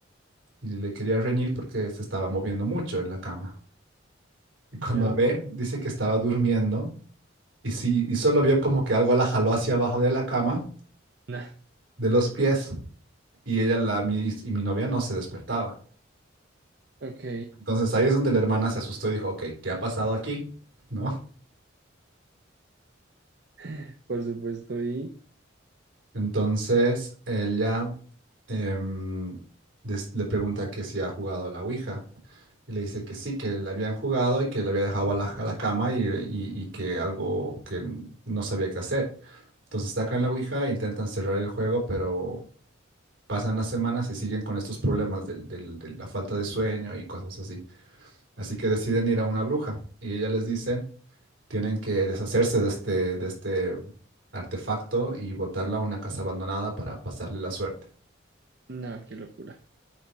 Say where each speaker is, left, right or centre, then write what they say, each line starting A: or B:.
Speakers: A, on the right; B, on the right.
A: y le quería reñir porque se estaba moviendo mucho en la cama. Y cuando
B: ya.
A: ve, dice que estaba durmiendo y sí, y solo vio como que algo la jaló hacia abajo de la cama,
B: <laughs>
A: de los pies, y ella la, mi- y mi novia no se despertaba.
B: Ok,
A: Entonces ahí es donde la hermana se asustó y dijo, ok, ¿qué ha pasado aquí? ¿No?
B: <laughs> por supuesto, y
A: Entonces ella em, des- le pregunta que si ha jugado a la Ouija. Y le dice que sí, que la habían jugado y que la había dejado a la, a la cama y, y- y que algo que n- no sabía qué hacer. Entonces sacan la Ouija, e intentan cerrar el juego, pero pasan las semanas y siguen con estos problemas del- del- de la falta de sueño y cosas así. Así que deciden ir a una bruja y ella les dice, tienen que deshacerse de este, de este artefacto y botarla a una casa abandonada para pasarle la suerte.
B: no, qué locura.